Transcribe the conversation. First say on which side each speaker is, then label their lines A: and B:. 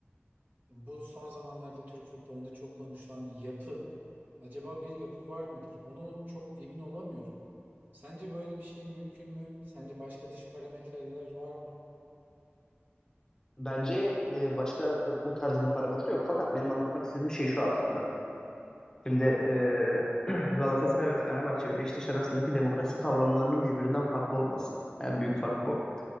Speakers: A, on the right; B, on the left.
A: bu son zamanlarda Türk futbolunda çok konuşulan yapı, acaba bir yapı var mıdır? Onu çok emin olamıyorum. Sence böyle bir şey mümkün mü? Sence başka dış parametreler var mı?
B: Bence e, başka e, o tarz bir parametre yok. Fakat benim anlatmak istediğim şey şu aslında. Şimdi e, <clears throat> Galatasaray ve Fenerbahçe ve Beşiktaş arasındaki demokrasi kavramlarının birbirinden farklı olması. En büyük fark bu.